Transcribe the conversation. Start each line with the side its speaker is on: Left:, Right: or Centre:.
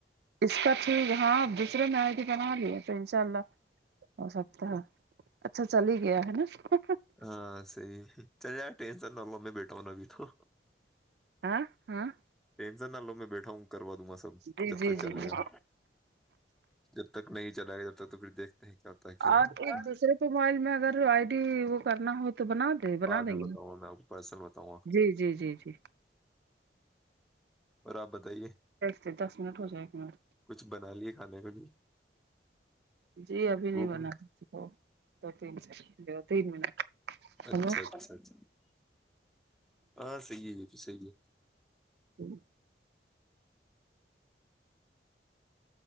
Right: اس کا ٹھیک ہاں دوسرے می آ بھی بنا لیے تو انشاء اللہ ہو سکتا ہے اچھا چل ہی گیا ہے نا <unintelligible>
Centre: ہاں صحی چل ار ٹینسن نہ لو میں بیٹھا ہوں نا ابھی تو
Right: آ ہاں <unintelligible>
Centre: ٹینسن نہ لو میں بیٹھا ہوں کروا دوں گا سب
Right: جی
Centre: جب
Right: جی
Centre: تک
Right: جی
Centre: چلے
Right: جی
Centre: گا جب تک نہیں چلا گ جب تک تو پھر دیکھ ہیں کیا ہے کیا نہیں
Right: آپ
Centre: ہوتا
Right: ایک دوسرے کو موبائل میں اگر آئی ڈی وہ کرنا ہو تو بنا تو
Centre: بعد
Right: بنا دیں
Centre: میں
Right: گے
Centre: بتاؤں گا میں آپ کو پرسنل بتاؤں گا
Right: جی جی جی جی
Centre: اور آپ بتائیے <unintelligible>
Right: د دس منٹ ہو جائے ایک منٹ
Centre: کچھ بنا لیے کھانے کے لیے
Right: جی ابھی نہیں
Centre: بھوک
Right: بنا
Centre: میں؟
Right: دی دو تین س تین منٹ
Centre: اچھا
Right: ہیلو
Centre: اچھا اچھا ہاں صحی ہے جی صحی ہے
Right: جی <inaudible>